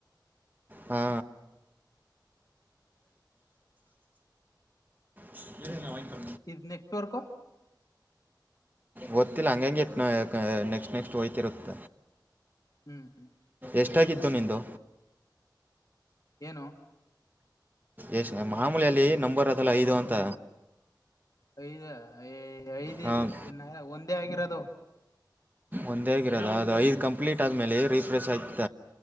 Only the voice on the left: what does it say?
ಇದು್ ನೆಟ್ವರ್ಕ
ಹ್ಮ್ ಹ್ಮ್
ಏನು
ಐದ್ ಐದ್
ಇ ಒಂದೇ ಆಗಿರೋದು